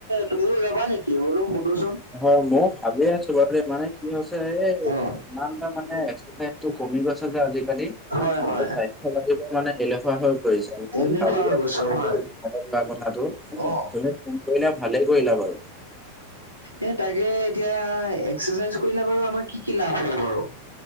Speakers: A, on the right; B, in the centre.
A: তুমিও যাবা নেকি? মই বোলোঁ, সোধোচোন।
B: হয়! মই ভাবি আছোঁ বাৰু! মানে, কি হৈছে! এ,
A: অ
B: <unintelligible> মানে, এক্সাৰচাইজটো কমি গৈছে যে, আজিকালি। <unintelligible>
A: হয় হয়
B: কথা পাতিব মানে, এলেহুৱা হৈ পৰিছে। মই
A: এলেহুৱা
B: ভাবি
A: হৈ
B: আছোঁ
A: গৈছো
B: বাৰু
A: হয়।
B: দেই! মনে-মনে কথাটো। <unintelligible>
A: অ
B: ফোন কৰিলা, ভালেই কৰিলা বাৰু।
A: এ তাকে এতিয়া, এক্সাৰচাইজ কৰিলে বাৰু আমাৰ, কি কি লাভ হ'ব বাৰু